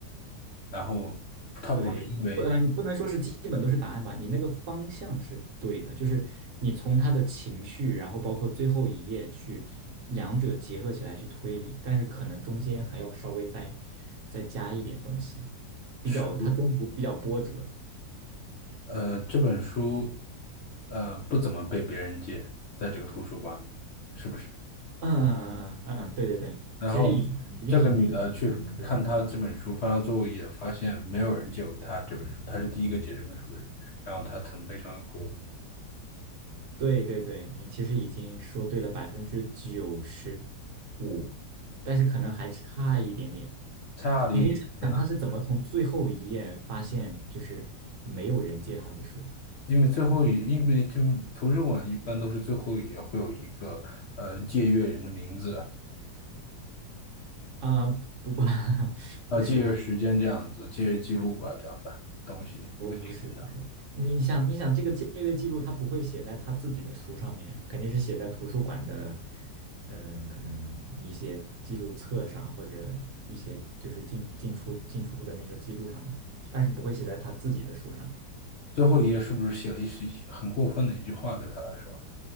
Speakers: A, on the left; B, on the right.
A: 然后她不是因为
B: 对，你不，嗯，不能说是基本都是答案吧，你那个方向是对的，就是你从他的情绪，然后包括最后一页去两者结合起来去推理，但是可能中间还要稍微再再加一点东西，比较它中途比较波折。
A: 是不是。呃，这本书呃不怎么被别人借，在这个图书馆里，是不是？
B: 嗯嗯嗯嗯嗯，对对对，
A: 然后
B: 其实已经已经很。
A: 这个女的去看她这本书，
B: 很
A: 翻到最后一页，发现没有人借过她这本书，她是第一个借这本书的人，然后她很悲伤的哭了。
B: 对对对，你其实已经说对了百分之九十五，但是可能还差一点点。
A: 差的一点在哪？
B: 你可以想想他是怎么从最后一页发现就是没有人借他的书
A: 因为最后一，因为这图书馆一般都是最后一页会有一个呃借阅人的名字，
B: 啊、不不 <laughs>
A: 啊，
B: 不是，
A: 借阅时间这样子，借阅记录吧这样的东西，
B: 不不是不是，
A: 一个信息这样。
B: 你你想你想这个借阅记录，他不会写在他自己的书上面呀，肯定是写在图书馆的，嗯、可能一些记录册上或者一些就是进进出进出的那个记录上嘛，但是不会写在他自己的书上。
A: 最后一页是不是写了一些很过分的一句话对她来说？